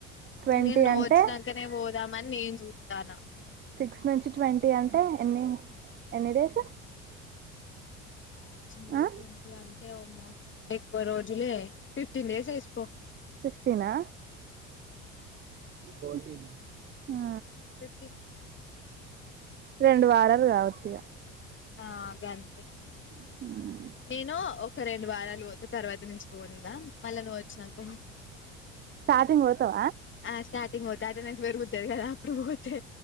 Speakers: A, on the right (about 25°); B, on the left (about 30°).
A: ట్వంటీ
B: నేను నువ్వు
A: అంటే
B: వచ్చినకనే పోదామని నేను చూతన్న
A: సిక్స్ నుంచి ట్వంటీ అంటే ఎన్ని ఎన్ని డేస్
B: సిస్ నుంచి
A: ఆ
B: ట్వంటీ అంటే అమ్మ ఎక్కువ రోజులే ఫిఫ్టీన్ డేస్ ఎస్కో
A: ఫిఫ్టీన్ ఆ ఫోటీన్ ఆ
B: ఫిఫ్టీ
A: రెండు వారాలు కావచ్చు ఇగా
B: ఆ గంతే
A: ఆ
B: నేను ఒక రెండు వారాలు వద్దుతర్వాత నుంచి పోదునా మళ్ళా నువ్వు వచ్చినక
A: స్టార్టింగ్ పోతావా
B: ఆ స్టార్టింగ్ పోత అటనెన్స్ పెరుగుతాయి కదా అప్పుడు పోతే